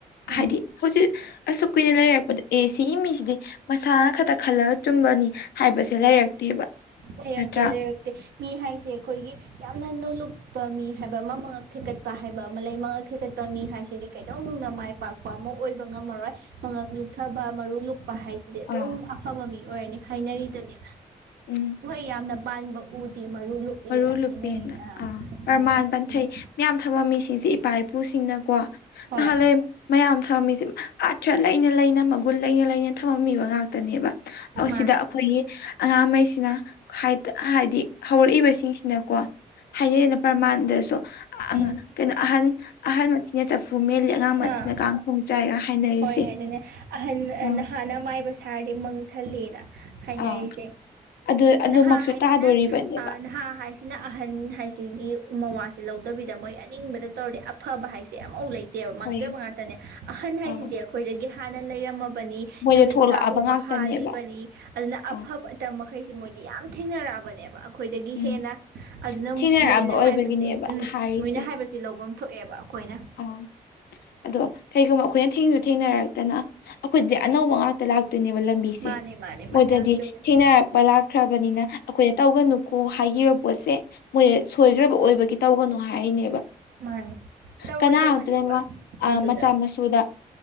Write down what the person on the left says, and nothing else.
ꯍꯥꯏꯗꯤ ꯍꯧꯖꯤꯛ ꯑꯁꯨ ꯀꯨꯏꯅ ꯂꯩꯔꯛꯄꯗ ꯑꯦ ꯁꯤꯒꯤ ꯃꯤꯁꯤꯗꯤ ꯃꯁꯥꯅ ꯈꯛꯇ ꯈꯜꯂꯒ ꯆꯨꯝꯕꯅꯤ ꯍꯥꯏꯕꯁꯦ ꯂꯩꯔꯛꯇꯦꯕ
ꯅꯠꯇ꯭ꯔꯥ
ꯑꯥ
ꯎꯝ
ꯃꯔꯨ ꯂꯨꯄꯦꯟ
ꯑ ꯄ꯭ꯔꯃꯥꯟ
ꯄꯟꯊꯩ ꯃꯌꯥꯝ ꯊꯕ ꯃꯤꯁꯤꯡꯁꯦ ꯏꯄꯥ ꯏꯄꯨꯁꯤꯡꯅꯀꯣ
ꯅꯍꯥꯟꯋꯥꯏ ꯃꯌꯥꯝ ꯊꯝꯃꯤꯁꯦ ꯑꯥꯔꯊ꯭ꯔ ꯂꯩꯅ ꯂꯩꯅ ꯃꯒꯨꯟ ꯂꯩꯅ ꯂꯩꯅ ꯊꯝꯃꯝꯃꯤꯕ ꯉꯥꯛꯇꯅꯦꯕ
ꯁꯤꯗ ꯑꯈꯣꯏꯒꯤ ꯑꯉꯥꯡꯉꯩꯁꯤꯅ ꯍꯥꯏꯗꯤ ꯍꯧꯔꯛꯏꯕꯁꯤ ꯁꯤꯡꯁꯤꯅꯀꯣ ꯍꯥꯏꯅꯩꯩꯅ ꯄ꯭ꯔꯃꯥꯟꯗꯁꯨ
ꯀꯩꯅꯣ ꯑꯍꯟ ꯑꯍꯟ ꯃꯊꯤꯅ ꯆꯐꯨ ꯃꯦꯜꯂꯤ ꯑꯉꯥꯡ ꯃꯊꯤꯅ
ꯀꯥꯡꯈꯣꯡ ꯆꯥꯏꯒ ꯍꯥꯏꯅꯔꯤꯁꯦ
ꯑꯥ
ꯑ ꯑꯗꯨ ꯑꯗꯨꯃꯛꯁꯨ
ꯇꯥꯗꯣꯔꯤꯕꯅꯦꯕ
ꯍꯣꯏ
ꯑꯥ
ꯃꯣꯏꯗ
ꯊꯣꯛꯂꯛꯑꯕ
ꯉꯥꯛꯇꯅꯦꯕ
ꯑꯥ
ꯎꯝ
ꯊꯦꯡꯅꯔꯛꯑꯕ
ꯑꯣꯏꯕꯒꯤꯅꯦꯕ
ꯍꯥꯏꯔꯤꯁꯦ
ꯑꯥ ꯑꯗꯣ ꯀꯩꯒꯨꯝꯕ ꯑꯈꯣꯏꯅ ꯊꯦꯡꯁꯨ ꯊꯦꯡꯅꯔꯛꯇꯅ ꯑꯈꯣꯏꯗꯤ ꯑꯅꯧꯕ ꯉꯥꯛꯇ ꯂꯥꯛꯇ ꯇꯣꯏꯅꯦꯕ ꯂꯝꯕꯤꯁꯦ
ꯃꯣꯏꯗꯗꯤ
ꯊꯦꯡꯅꯔꯛꯄ ꯂꯥꯛꯈ꯭ꯔꯕꯅꯤꯅ ꯑꯈꯣꯏꯗ ꯇꯧꯒꯅꯨ ꯀꯣ ꯍꯥꯏꯈꯤꯕ ꯄꯣꯠꯁꯦ ꯃꯣꯏ ꯁꯣꯏꯈ꯭ꯔꯕ ꯑꯣꯏꯕꯒꯤ ꯇꯧꯒꯅꯨ ꯍꯥꯏꯔꯤꯅꯦꯕ
ꯀꯅꯥ ꯑꯃꯝꯇꯅ ꯃꯥ
ꯃꯆꯥ ꯃꯁꯨꯗ